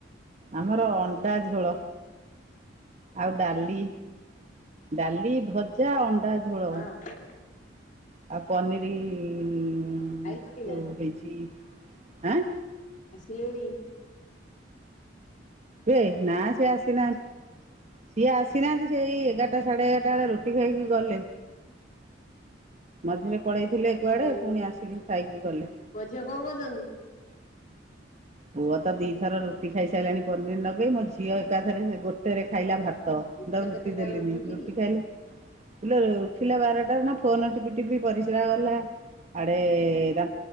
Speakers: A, on the right; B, on the left.
A: ଆମର ଅଣ୍ଡା ଝୋଳ। ଆଉ ଡାଲି। ଡାଲି ଭଜା ଅ ଝୋଳ।
B: ହଁ
A: ଆଉ ପନିରି। ଉମ
B: ଖାଇଲଣି
A: ଯେଉଁ
B: ନା
A: ହେଇଛି। ଆଁ।
B: ଆସିଲେଣିି।
A: ଏ ନା ସେ ଆସିନାହାନ୍ତି ସିଏ ଆସ ନାହାନ୍ତି ସେଇ ଏଗାରଟା ସାଢେ ଏଗାରଟା ବେଳେ ରୁଟି ଖାଇକି ଗଲେ ମଝିରେ। ପଳେଇଥିଲେ କୁଆଡେ
B: ଆଉ
A: ପୁଣି ଆସିକି ଖାଇକି ଗଲେ।
B: ପୁଅ ଝିଅ କଣ କରୁଛନ୍ତି?
A: ପୁଅ ତ ଦିଥର ରୁଟି ଖାଇସାରିଲାଣି ପନିର ନଗେଇ ମୋ ଝିଅ ଏକାଥରେ ଗୋଟେରେ ଖାଇଲା ଭା ତ ମୁଁ
B: ଝିଅ
A: ତାକୁ ରୁଟି
B: କେତେଟାରେ
A: ଦେଲିିନି
B: ଉଠୁଛି?
A: ରୁଟି ଖାଇଲେ। କିଲୋ ଉଠିଲା ବାରଟା ନା ଫୋନ ଟିପି ଟିପି ପରିସ୍ରା ଗଲା ଆଡେ ଦା